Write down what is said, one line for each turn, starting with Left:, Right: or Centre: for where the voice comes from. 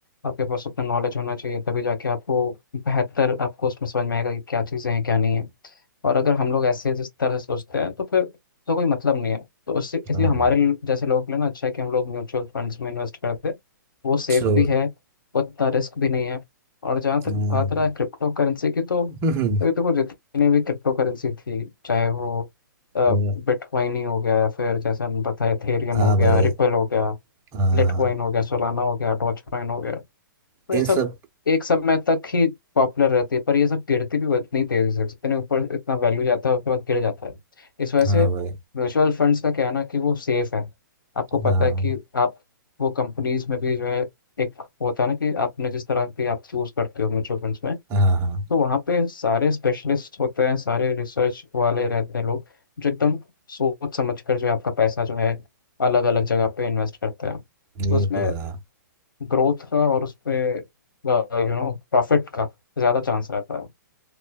Left: आपके पास उतना नॉलेज होना चाहिए तभी जाके आपको बेहतर आपको उसमें समझ में आएगा कि क्या चीज़ें हैं क्या नहीं है और अगर हम लोग ऐसे जिस तरह से सोचते हैं तो फिर तो कोई मतलब नहीं है तो उससे इसलिए
Right: हाँ
Left: हमारे
Right: भाई
Left: लिए- जैसे लोगों के लिए ना अच्छा है कि हम लोग म्यूचुअल फंड्स में इन्वेस्ट करते हैं वो सेफ
Right: छोड़
Left: भी है उतना रिस्क भी नहीं है और जहाँ तक
Right: हाँ
Left: बात रहा क्रिप्टो करेंसी की तो
Right: <laughs> हम्म,
Left: अभी देखो जितनी भी क्रिप्टो करेंसी थी चाहे वो बिटकॉइन
Right: ये-
Left: ही हो गया या फिर जैसे हम बताए एथेरियम
Right: हाँ
Left: हो गया
Right: भाई
Left: रिपल हो गया
Right: हाँ
Left: लिटकॉइन
Right: हाँ
Left: हो गया सोलाना हो गया डॉज कॉइन हो गया तो
Right: इन
Left: ये सब
Right: सब
Left: एक समय तक ही पॉपुलर रहती है पर ये सब गिरती भी इतनी तेजी से इतने ऊपर इतना वैल्यू जाता है उसके बाद गिर जाता है इस वजह से
Right: हाँ भाई
Left: म्यूचुअल फंड्स का क्या है ना कि वो सेफ है आपको
Right: हाँ
Left: पता है कि आप वो कंपनीज में भी जो है एक होता है ना कि आपने जिस तरह के आप चूज करते हो म्यूचुअल फंड्स में
Right: हाँ हाँ
Left: तो वहाँ पे सारे स्पेशलिस्ट होते हैं सारे रिसर्च वाले रहते हैं लोग जो एकदम सोच समझ कर जो है आपका पैसा जो है अलग अलग जगह पे इन्वेस्ट करते हैं तो
Right: ये
Left: उसमें
Right: तो है
Left: ग्रोथ का और उसपे यू नो प्रॉफिट का ज़्यादा चांस रहता है